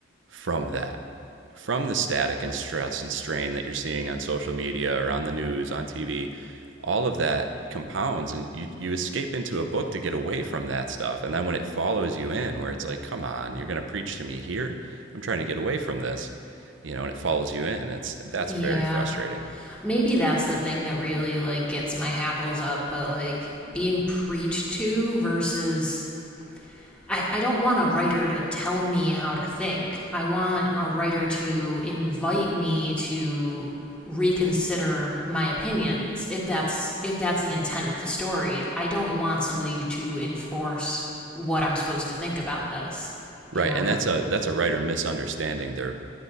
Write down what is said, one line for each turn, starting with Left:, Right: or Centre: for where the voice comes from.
Right: from that, from the static and stress and strain that you're seeing on social media or on the news, on TV. All of that compounds, and you, you escape into a book to get away from that stuff. And then when it follows you in, where it's like, come on, you're going to preach to me here. I'm trying to get away from this, you know, and it follows you in. It's that's
Centre: Yeah.
Right: very frustrating.
Centre: Maybe that's the thing that really like gets my hackles up, but like being preached to versus I, I don't want a writer to tell me how to think. I want a writer to invite me to reconsider my opinions if that's if that's the intent of the story. I don't want somebody to enforce what I'm supposed to think about this,
Right: Right,
Centre: you know?
Right: and that's a that's a writer misunderstanding their